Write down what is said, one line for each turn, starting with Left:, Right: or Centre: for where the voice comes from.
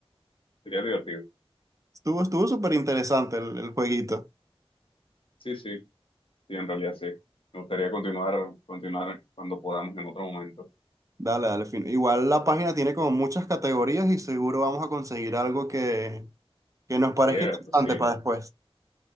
Left: Sería divertido.
Right: Estuvo, estuvo súper interesante el, el jueguito.
Left: Sí, sí, sí, en realidad sí. Me gustaría continuar, continuar cuando podamos en otro momento.
Right: Dale, dale, fino. Igual la página tiene como muchas categorías y seguro vamos a conseguir algo que, que nos parezca
Left: Cierto,
Right: interesante
Left: sí,
Right: para después.